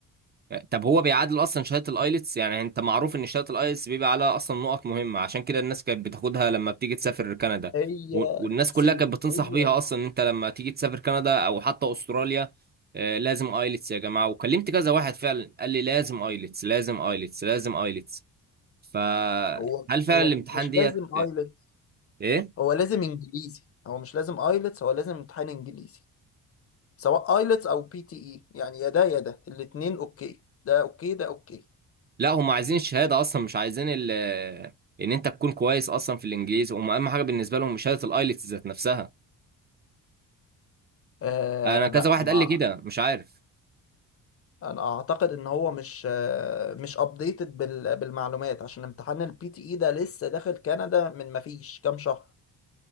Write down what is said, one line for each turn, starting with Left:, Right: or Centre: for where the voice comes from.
Right: آه، طب هو بيعادل اصلا شهادة الايلتس يعني انت معروف ان شهادة الايلتس بيبقى عليها اصلا نقط مهمة عشان كده الناس كانت بتاخدها لما بتيجي تسافر كندا
Left: هي
Right: و- والناس
Left: سيم
Right: كلها كانت بتنصح
Left: هي
Right: بيها اصلا ان انت لما تيجي تسافر كندا او حتى استراليا آه، لازم ايلتس يا جماعة وكلمت كذا واحد فعلا قال لي لازم ايلتس لازم ايلتس لازم ايلتس فهل
Left: هو
Right: فعلا
Left: هو
Right: الامتحان
Left: مش
Right: ديت
Left: لازم ايلتس
Right: ايه
Left: هو لازم إنجليزي هو مش لازم ايلتس هو لازم امتحان إنجليزي سواء ايلتس أو بي تي إي يعني يا ده يا ده الاتنين أوكي ده أوكي ده أوكي
Right: لا هم عايزين الشهاده اصلا مش عايزين ال... ان انت تكون كويس اصلا في الانجليزي هم اهم حاجه بالنسبه لهم شهاده الايلتس ذات نفسها
Left: آه
Right: انا كذا
Left: لا
Right: واحد
Left: مع
Right: قال لي كده مش عارف
Left: انا اعتقد ان هو مش آه مش ابديتد بال... بالمعلومات عشان امتحان البي تي اي ده لسه داخل كندا من ما فيش كام شهر